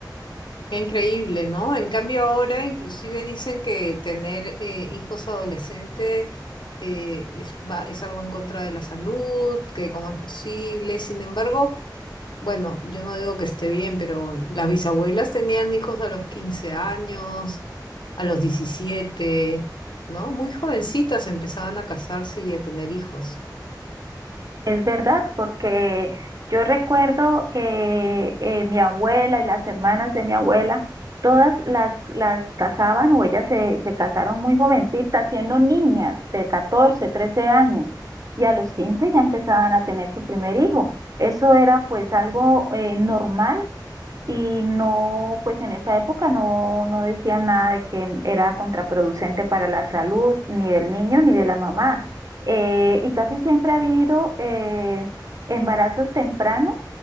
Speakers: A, on the left; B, on the right.
A: Qué increíble, ¿no? En cambio ahora inclusive dicen que tener eh, hijos adolescentes es, va- es algo en contra de la salud, que cómo es posible. Sin embargo... Bueno, yo no digo que esté bien, pero las bisabuelas tenían hijos a los 15 años, a los diecisiete ¿no? Muy jovencitas empezaban a casarse y a tener hijos.
B: Es verdad, porque yo recuerdo que eh, mi abuela y las hermanas de mi abuela, todas las, las casaban o ellas se, se casaron muy jovencitas, siendo niñas de 14, 13 años, y a los 15 ya empezaban a tener su primer hijo. Eso era pues algo eh, normal y no, pues en esa época no, no decían nada de que era contraproducente para la salud, ni del niño ni de la mamá. Eh, y casi siempre ha habido eh, embarazos tempranos